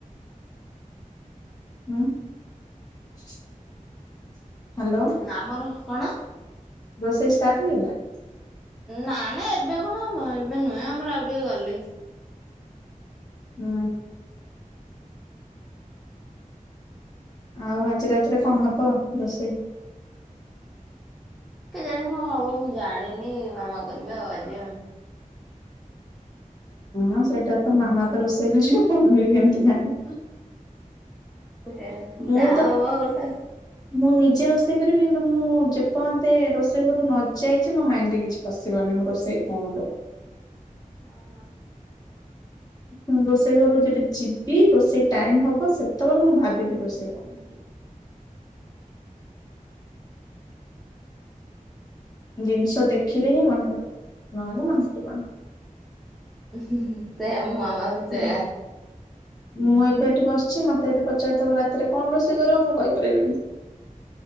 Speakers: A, on the left; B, in the centre.
A: ହୁଁହାଲୋ।
B: ନାମର କଣ?
A: ରୋଷେଇ ଷ୍ଟାର୍ଟ ହେଇଗଲାଣି?
B: ନା ନା ଏବେ କଣ ହବ ଏବେ ନା ଆମର ଆଉ ଟିକେ ଗଲେ।
A: ହୁଁ। ଆଉ ଆଜି ରାତିରେ କଣ ହବ ରୋଷେଇ?
B: କେଜାଣି କଣ ହବ ମୁଁ ଜାଣିନି ମାମା କରିବେ ଆଉ ଆଜି।
A: ହଁ ସେଇଟା ତ ମାମା ତ ରୋଷେଇ କରିବ ଇଏ କେମିତି ଜାଣିବ।
B: ସେ
A: ମୁଁ
B: ଯାଆ
A: ତ
B: ହବ ଗୋଟେ।
A: ମୁଁ ନିଜେ ରୋଷେଇ କରିବି କିନ୍ତୁ ମୁଁ ଯେପର୍ଯ୍ୟନ୍ତେ ରୋଷେଇ ଘରୁକୁ ନ ଯାଇଛି ମୋ ମାଇଣ୍ଡରେ କିଛି ପସିବନି ମୁଁ ରୋଷେଇ କଣ କରିବି?
B: ଓହୋ।
A: ମୁଁ ରୋଷେଇ ଘରୁକୁ ଯେବେ ଯିବି ରୋଷେଇ ଟାଇମ୍ ହବ ସେତେବେଳେ ମୁଁ ଭାବିବି ରୋଷେଇ କଣ ଜିନିଷ ଦେଖିଲେ ହିଁ ମନେ ପଡିବ ନହେଲେ ମନେ ପଡିବନେହିଁ।
B: ଉଁ ହୁଁ ହୁଁ ସେଇଆ ମୋ ମାମା ବି ସେଇଆ।
A: ହୁଁ ମୁଁ ଏବେ ଏଠି ବସିଚି ମତେ ଯଦି ପଚାରିଦବ ରାତିରେ କଣ ରୋଷେଇ କରିବ ମୁଁ କହିପାରିବିନି।